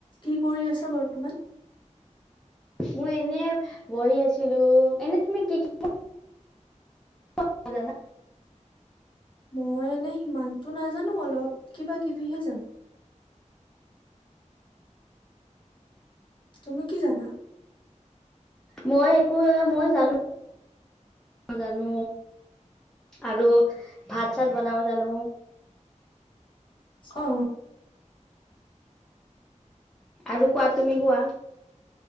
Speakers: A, on the left (about 40°); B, in the centre.
A: কি কৰি আছা বৰ্তমান?
B: মই এনে বহি আছো। ছিলো এনেই তুমি কি কি? <unintelligible>
A: মই এনে সিমানতো নাজানো অলপ কিবা কিবিহে জানো। তুমি কি জানা?
B: মই একো মই জানো। জানো আৰু ভাত চাত বনাব জানো
A: অ'
B: আৰু কোৱা তুমি কোৱা।